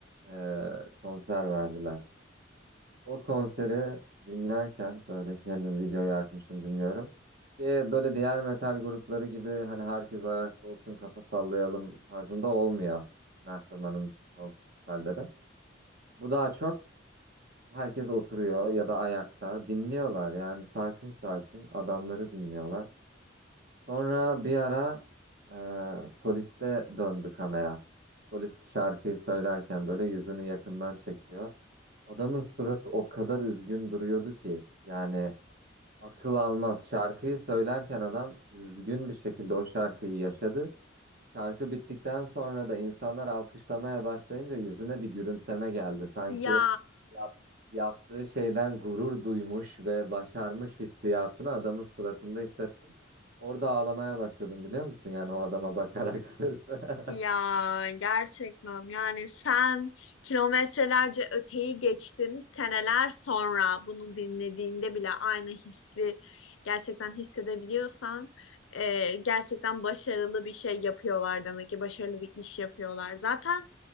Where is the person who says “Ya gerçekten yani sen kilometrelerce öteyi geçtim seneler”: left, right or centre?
Left